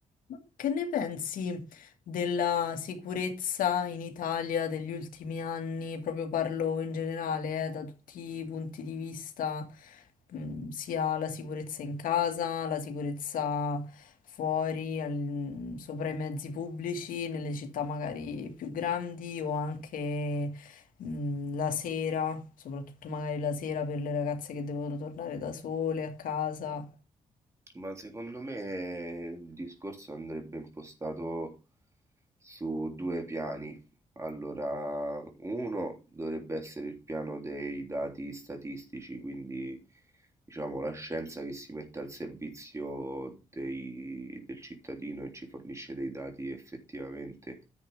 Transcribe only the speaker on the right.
Ma secondo me il discorso andrebbe impostato su due piani. Allora, uno dovrebbe essere il piano dei dati statistici, quindi diciamo la scienza che si mette al servizio dei- del cittadino e ci fornisce dei dati effettivamente